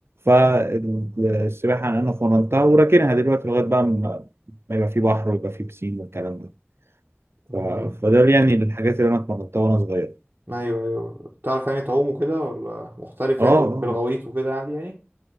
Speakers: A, on the right; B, on the right.
A: فالسباحة انا فرنتها وراكنها دلوقتي لغاية بقى ما ما يبقى في بحر ويبقى في بسين والكلام ده
B: امم
A: ف- فده يعني الحاجات اللي انا اتمرنتها وانا صغير
B: ايوه ايوه بتعرف يعني تعوم وكده ولا محترف
A: اه
B: يعني
A: اه
B: تعوم في الغويط وكده عادي يعني